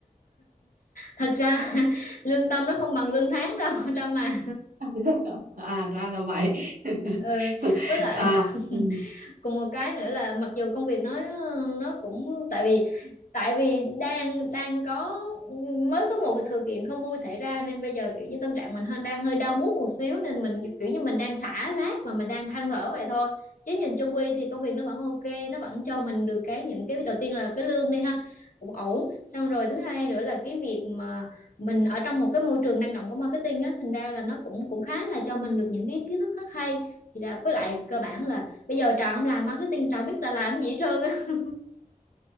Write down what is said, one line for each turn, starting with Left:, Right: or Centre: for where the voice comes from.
Left: thật ra <laughs> lương tâm nó không bằng lương tháng đâu <laughs> con Trâm à
Right: <laughs> à ra là vậy <laughs>
Left: ừ, với lại
Right: à
Left: <laughs>
Right: ừ.
Left: còn một cái nữa là mặc dù công việc nó nó cũng tại vì tại vì đang đang có mới có một cái sự kiện không vui xảy ra nên bây giờ kiểu như tâm trạng mình hơi đang hơi đau mút một xíu nên mình kiểu như mình đang xả rác và mình đang than thở vậy thôi chứ nhìn chung quy thì công việc nó vẫn ok nó vẫn cho mình được cái những cái đầu tiên là cái lương đi ha cũng ổn xong rồi thứ hai nữa là cái việc mà mình ở trong một cái môi trường năng động của marketing á thành ra là nó cũng cũng khá là cho mình được những cái kiến thức rất hay thì là với lại cơ bản là bây giờ Trà không làm marketing Trà không biết Trà làm gì hết trơn á <laughs>